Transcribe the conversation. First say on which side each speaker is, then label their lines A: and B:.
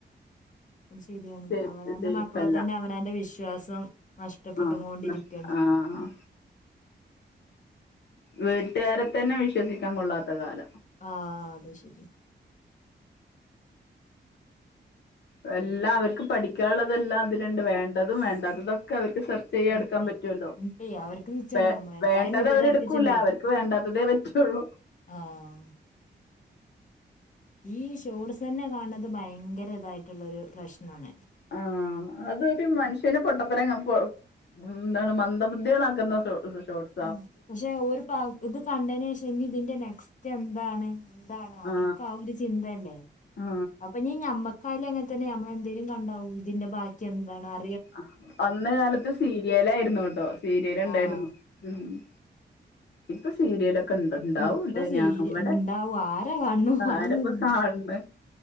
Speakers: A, on the left; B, on the left.
A: അഹും ശരിയാണ്
B: സേഫ്
A: അവനാന്റെ
B: സേഫ്
A: മക്കളെതന്നെ
B: അല്ല
A: അവനാന്റെ വിശ്വാസം നഷ്ടപ്പെട്ടുകോണ്ടിരിക്കാണ്
B: ആഹ് ആഹ് വീട്ടാരെതന്നെ വിശ്വസിക്കാൻ കൊള്ളാത്തകാല
A: ആഹ് അത് ശരിയ
B: വെല്ലാ അവർക്ക് പഠിക്കാള്ളതെല്ലാം അതില്ണ്ട്. വേണ്ടതും വേണ്ടാത്തതൊക്കെ അവർക്ക് സർ ചെയ്യട്ക്കാ
A: ഇണ്ടേ
B: പറ്റുല്ലോ
A: ഇണ്ടേ അവർക്ക് നിച്ചണ്ടേ
B: വെ
A: നമ്മളെക്കായും
B: വേണ്ടത്അവരെടുക്കൂല
A: കൂടുതൽ അവർക്ക് നിച്ചണ്ടേ
B: അവർക്ക് വേണ്ടാത്തതേ പറ്റുള്ളൂ
A: ആഹ് ഈ ഷോട്സന്നെ കാണ്ണത് ഭയങ്കരതായിട്ടുള്ളൊരു പ്രശ്നാണ്.
B: ആഹ് അതൊരു മനുഷ്യ <unintelligible> പൊട്ടതരം കൺ പൊ ന്താണ് മന്ദബുദികളാക്കുന്ന <unintelligible>
A: മ്മ് പഷെ ഓര് പ ഇത് കണ്ടയിനേഷം ഇനി ഇതിന്റെ നെക്സ്റ്റ് എന്താണ് ന്താണ് അവർക്ക്‌
B: ആ
A: ആഹ് ഒരു ചിന്തല്ലേ
B: ആ
A: അപ്പൊ ഇനിഞ്ഞമ്മ കായാലും അങ്ങൻ തന്നെ ഞമ്മളെന്തേലും കണ്ടാവു ഇതിന്റെ ബാക്കി എന്താണ് അ
B: അഹ് അന്ന് കാലത്ത് സീരിയല് ആയിരുന്നു ട്ടോ സീരിയല് ഉണ്ടായിരുന്നു
A: ആഹ്
B: മ്മ് ഇപ്പ സീരിയലൊ കെണ്ട് ഇണ്ടാവുല്ലെ
A: ഇപ്പൊ സീരി
B: ഞാൻവടെ
A: ഉണ്ടാവും ആരാ കാണു
B: ആരപ്പോ
A: അതൊന്നുമില്ല
B: കാൺണ്